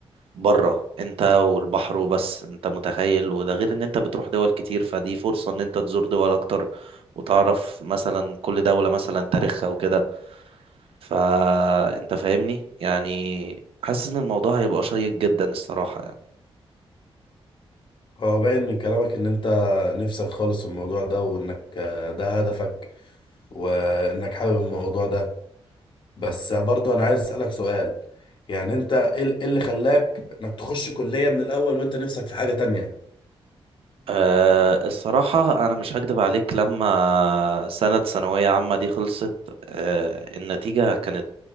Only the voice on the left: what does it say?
هو باين من كلامك ان انت نفسك خالص في الموضوع ده وانك آه، ده هدفك وانك حابب الموضوع ده بس برضو انا عايز اسألك سؤال يعني انت ايه ال- إيه اللي خلاك انك تخش كلية من الاول وانت نفسك في حاجة تانية